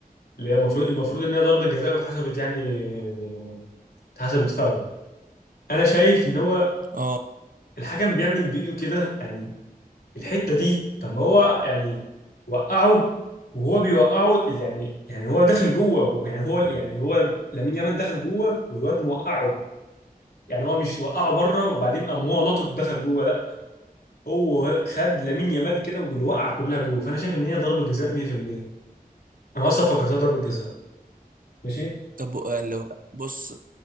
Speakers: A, on the left; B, on the right.
A: اللي هي المفروض المفروض ان هي ضربة جزاء واتحسبت يعني آه، اتحسبت فاول انا شايف ان هو
B: اه
A: الحكم بيعمل بايده كده يعني الحتة دي طب ما هو يعني وقعه وهو بيوقعه اللي يعني يعني هو داخل جوه يعني هو يعني هو لامين يامال دخل جوه والواد موقعه يعني هو مش وقعه بره وبعدين قام هو لطط دخل جوه لا هو خد لامين يامال كده بالوقعه كلها جوه فانا شايف ان هي ضربة جزاء 100% انا اصلا فكرتها ضربة جزاء ماشي
B: طب يعني لو بص